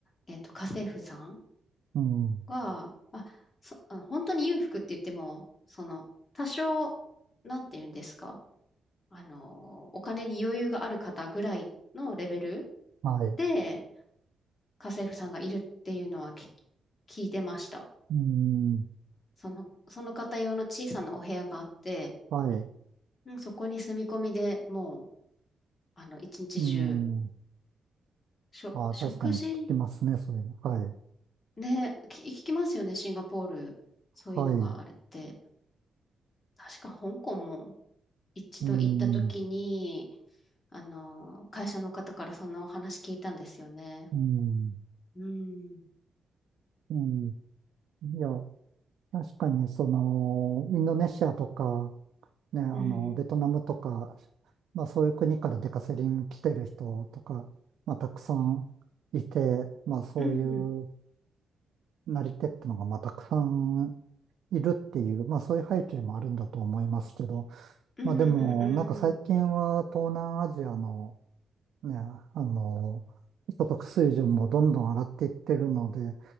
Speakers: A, on the left (about 35°); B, on the right (about 70°).
A: えっと、家政婦さん
B: うん
A: が、あ、そ、あ本当に裕福って言っても、その、多少、なんて言うんですか、あの、お金に余裕がある方ぐらいのレベル
B: はい、
A: で、家政婦さんがいるっていうのはき聞いてました。
B: うん、
A: その、その方用の小さなお部屋があって、
B: はい、
A: うんそこに住み込みでもう、あの、一日中、
B: うん。
A: しょ、
B: ああ、
A: 食事
B: 確かに聞きますね、それも。はい。
A: ね、き聞きますよね、シンガポール。そういうのがあるって。
B: はい。
A: 確か香港も一度行った時に、
B: うん。
A: あの、会社の方からそんなお話聞いたんですよね。
B: うん。
A: うん、
B: うん。いや、確かに、その、インドネシアとか、ね、あの、
A: うん、
B: ベトナムとか、まあそういう国から出稼ぎに来てる人とか、まあたくさんいて、まあそういう
A: うん、
B: なり手ってのが、まあたくさんいるっていう、まあそういう背景もあるんだと思いますけど、
A: うん、
B: まあでも、
A: うん、うん。
B: なんか最近は東南アジアのね、あの、所得水準もどんどん上がっていってるので、